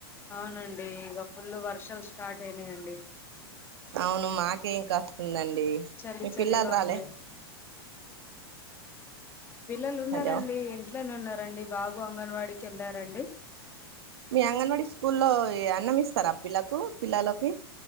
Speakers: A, on the left; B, on the right.
A: అవునండి ఇగ ఫుల్ వర్షాలు స్టార్ట్ అయినాయండి
B: అవును మాకేం కాస్తుందండి
A: చలి
B: మీ
A: చలిగా
B: పిల్లలు రాలే
A: ఉంది పిల్లలు ఉన్నారండి
B: హలో
A: ఇంట్లోనే ఉన్నారండి బాబు అంగన్వాడికి వెళ్ళారాండి
B: మీ అంగన్ వాడి స్కూల్లో అన్నం ఇస్తారా పిల్లకు పిల్లలకు